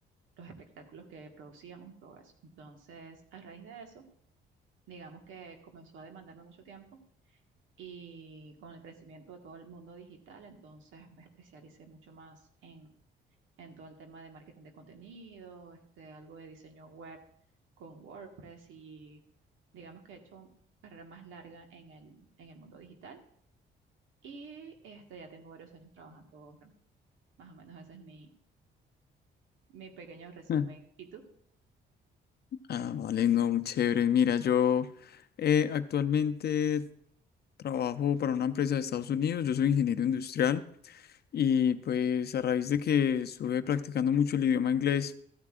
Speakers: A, on the right; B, on the left.
A: los espectáculos que producíamos y todo eso. Entonces, a raíz de eso, digamos que comenzó a demandarme mucho tiempo. Y con el crecimiento de todo el mundo digital, entonces me especialicé mucho más en en todo el tema de marketing de contenido, este, algo de diseño web con WordPress y digamos que he hecho carrera más larga en el, en el mundo digital y este, ya tengo varios años trabajando remoto. Más o menos ese es mi, mi pequeño resumen.
B: Mm.
A: ¿Y tú?
B: Ah, vale, no, muy chévere. Mira, yo eh, actualmente trabajo para una empresa de Estados Unidos, yo soy ingeniero industrial y pues a raíz de que estuve practicando mucho el idioma inglés,